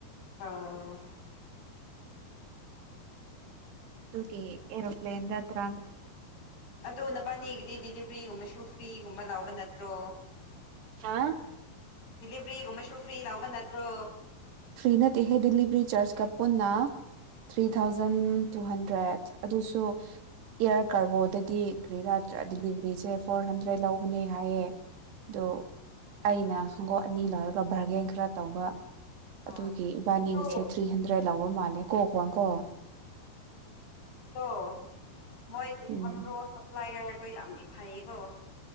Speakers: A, on the left; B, on the right.
A: ꯑꯣ
B: ꯀ ꯑꯦꯔꯣꯄ꯭ꯂꯦꯟꯗ ꯇꯔꯥ
A: ꯑꯗꯨ ꯅꯕꯥꯅꯤꯒꯤꯗꯤ ꯗꯗꯤꯂꯤꯚ꯭ꯔꯤꯒꯨꯝꯕꯁꯨ ꯐ꯭ꯔꯤꯒꯨꯝꯕ ꯂꯕ ꯅꯠꯇ꯭ꯔꯣ
B: ꯍꯥ
A: ꯗꯤꯂꯤꯚ꯭ꯔꯤꯒꯨꯝꯕꯁꯨ ꯐ꯭ꯔꯤ ꯂꯥꯎꯕ ꯅꯠꯇ꯭ꯔꯣ
B: ꯐ꯭ꯔꯤꯅꯠꯍꯦ ꯗꯤꯂꯤꯚꯔꯤ ꯆꯥꯔꯖ ꯀ ꯄꯨꯟꯅ ꯊ꯭ꯔꯤ ꯊꯥꯎꯖꯟ ꯇꯨ ꯍꯟꯗ꯭ꯔꯦꯠ ꯑꯗꯨꯁꯨ ꯑꯦꯌꯥꯔ ꯀꯥꯔꯒꯣꯗꯗꯤ ꯀꯔꯤꯔ <unintelligible> ꯗꯤꯂꯤꯚꯔꯤꯁꯦ ꯐꯣꯔ ꯍꯟꯗ꯭ꯔꯦꯗ ꯂꯧꯕꯅꯦ ꯍꯥꯏꯌꯦ ꯑꯗꯨ ꯑꯩꯅ ꯈꯣꯡꯒꯧ ꯑꯅꯤ ꯂꯧꯔꯒ ꯕꯥꯔꯒꯦꯟ ꯈꯔ ꯇꯧꯕ
A: ꯑꯣ
B: ꯑꯗꯨꯒꯤ ꯏꯕꯥꯅꯤꯒꯤꯁꯦ
A: ꯑꯗꯣ
B: ꯊ꯭ꯔꯤ ꯍꯟꯗ꯭ꯔꯦꯗ ꯂꯧꯕ ꯃꯥꯜꯂꯦ ꯀꯣ <unintelligible> ꯀꯣ
A: ꯑꯗꯣ ꯃꯣꯏꯒꯤ
B: ꯎꯝ
A: ꯍꯥꯝꯔꯣ ꯁꯄ꯭ꯂꯥꯏꯌꯔꯗꯣ ꯌꯥꯝꯗꯤ ꯐꯩꯌꯦꯀꯣ